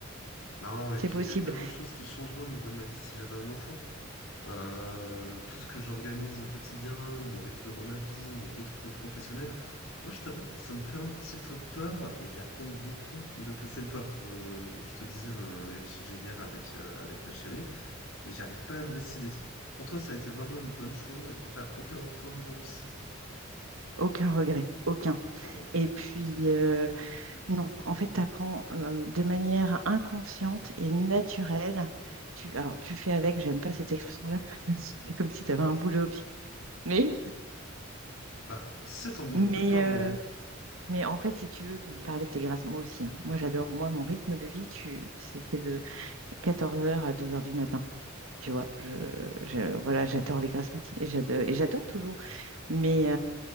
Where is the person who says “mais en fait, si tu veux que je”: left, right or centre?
Right